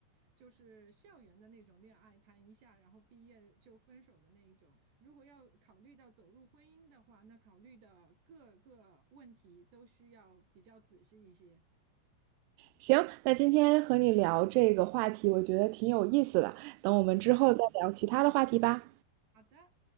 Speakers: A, on the right; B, on the right.
A: 就是校园的那种恋爱，谈一下然后毕业就分手的那一种。如果要考虑到走入婚姻的话，那考虑的各个问题都需要比较仔细一些。
B: 行，那今天和你聊这个话题，我觉得挺有意思的。等我们之后再聊其他的话题吧。
A: 是的，好的。